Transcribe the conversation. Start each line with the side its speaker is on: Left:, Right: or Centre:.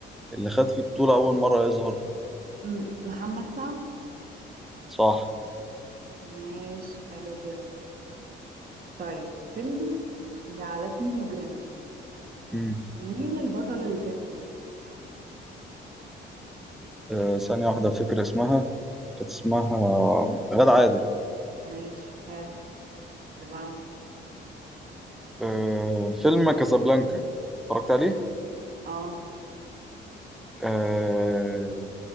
Centre: اللي خد فيه بطولة أول مرة يظهر؟
Right: م- محمد سعد
Centre: صح
Right: ماشي حلو كده طيب فيلم جعلتني مجرما
Centre: مم.
Right: مين البطلة اللي كانت فيه
Centre: آه، ثانية واحدة فكرة اسمها كانت اسمها غادة عادل
Right: ماشي حلو اللي بعده
Centre: آه، فيلم كازابلانكا اتفرجت عليه؟
Right: اه
Centre: آه،